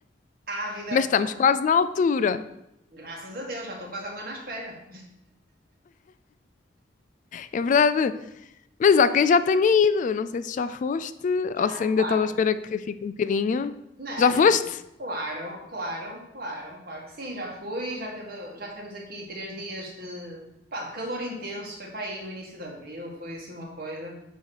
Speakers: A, on the right; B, on the left.
A: ávida,
B: mas estamos quase na altura,
A: graças a Deus, já estou quase há um ano à espera.
B: é verdade. Mas há quem já tenha ido. Não sei se já foste
A: Já,
B: ou se ainda
A: claro.
B: estás à espera que fique um bocadinho.
A: Não,
B: Já foste?
A: não. Claro, claro, claro, claro que sim, já fui, já teve, já tivemos aqui três dias de, pá, de calor intenso, foi para aí no início de abril, foi assim uma coisa.